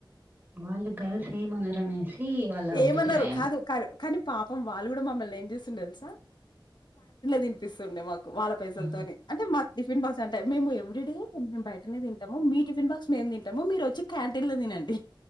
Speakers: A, on the right; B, on the left.
A: వాళ్ళు గర్ల్స్ ఏమనరనేసి వాళ్ళ అభిప్రాయం.
B: ఏమన్నారు కాదు కాదు కానీ పాపం వాళ్ళు కూడా మమ్మల్ని ఏం చేసినురు తెలుసా తినిపిస్తుండే మాకు వాళ్ళ పైసలతోని
A: ఆ!
B: అంటే మాకు టిఫిన్ బాక్స్ అంటే మేము ఎవ్రీ డే మేము బయటనే తింటాము మీ టిఫన్ బాక్స్ మేము తింటాము మీరు వచ్చి క్యాంటీన్ లో తినండి